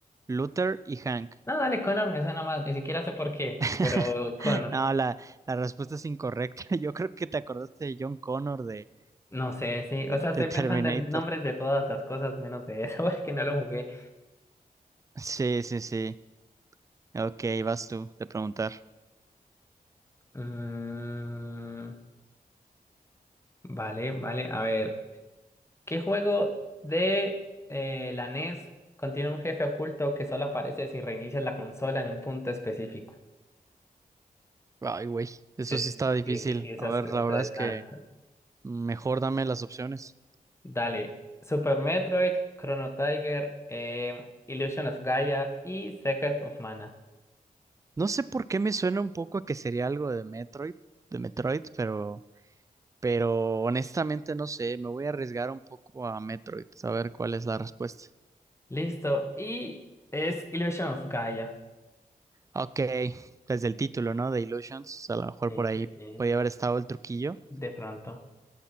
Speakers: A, on the right; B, on the left.
A: Luther y Hank.
B: No, dale, Connor me suena más. Ni siquiera sé por qué,
A: <laughs>
B: pero Connor.
A: No, la, la respuesta es incorrecta. <laughs> Yo creo que te acordaste de John Connor de,
B: No sé, sí. O sea, estoy
A: de Terminator.
B: pensando en nombres de todas las cosas menos de eso, <laughs> porque no lo jugué.
A: Sí, sí, sí. Ok, vas tú de preguntar.
B: Mm, vale, vale. A ver. ¿Qué juego de eh, la NES contiene un jefe oculto que solo aparece si reinicias la consola en un punto específico?
A: Ay, güey, eso
B: Sí, sí,
A: sí está difícil.
B: sí, sí, esas
A: A ver,
B: preguntas
A: la verdad
B: están.
A: es que mejor dame las opciones.
B: Dale. Super Metroid, Chrono Tiger, eh, Illusion of Gaia y Secret of Mana.
A: No sé por qué me suena un poco a que sería algo de Metroid, de Metroid, pero, pero honestamente no sé, me voy a arriesgar un poco a Metroid, a ver cuál es la respuesta.
B: Listo. Y es Illusion of Gaia.
A: Ok, desde el título, ¿no? De Illusions, a lo mejor
B: Sí,
A: por ahí
B: sí, sí.
A: podía haber estado el truquillo.
B: De pronto.